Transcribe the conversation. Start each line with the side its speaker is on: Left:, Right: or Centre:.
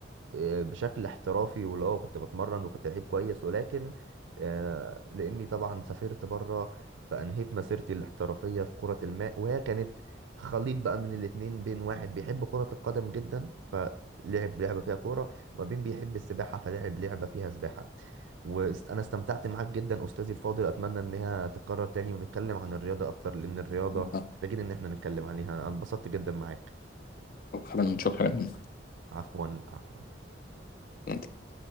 Right: آه، بشكل احترافي واللي هو كنت بتمرن وكنت لعيب كويس ولكن آه، لاني طبعا سافرت بره فانهيت مسيرتي الاحترافيه في كره الماء وهي كانت خليط بقى من الاتنين بين واحد بيحب كره القدم جدا فلعب لعبه فيها كوره وما بين بيحب السباحه فلعب لعبه فيها سباحه وانا استمتعت معاك جدا استاذي الفاضل اتمنى انها تتكرر تاني ونتكلم عن الرياضه اكتر لان الرياضه
Left: آه،
Right: محتاجين ان احنا نتكلم عليها انا انبسطت جدا معاك
Left: شكرا شكرا
Right: عفوا عفوا
Left: أنت